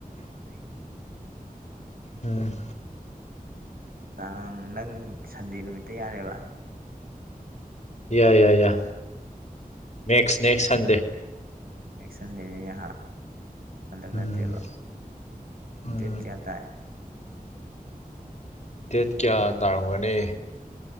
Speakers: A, on the right; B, on the left.
A: ꯑꯩꯒ
B: ꯎꯝ
A: ꯇꯥꯡ ꯅꯪ ꯁꯟꯗꯦ ꯅꯨꯃꯤꯠꯇ ꯌꯥꯔꯦꯕ
B: ꯌꯥ ꯌꯥꯏ ꯌꯥ ꯅꯦꯛꯁ ꯅꯦꯛꯦꯛꯁ ꯁꯟꯗꯦ
A: ꯑꯦꯁꯟ ꯂꯩꯅꯤꯥ ꯍꯟꯗꯛ
B: ꯎꯝ
A: ꯅꯠꯇꯦꯕ
B: ꯎꯝ
A: ꯗꯦꯠ ꯀꯌꯥ ꯇꯥꯏ
B: ꯗꯦꯠ ꯀꯌꯥ ꯇꯥꯔꯝꯒꯅꯤ